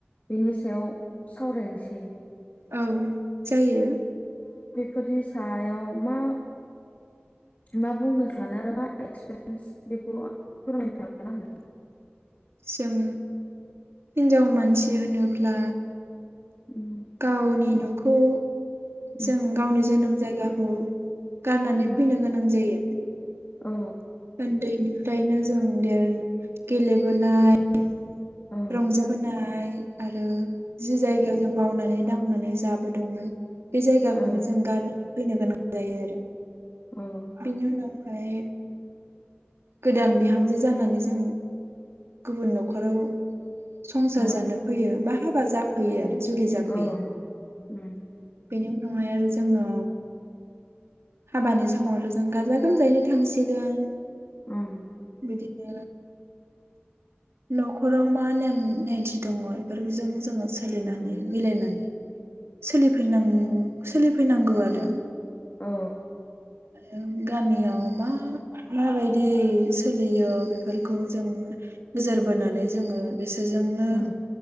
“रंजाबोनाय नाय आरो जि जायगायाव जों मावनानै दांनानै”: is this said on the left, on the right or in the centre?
Right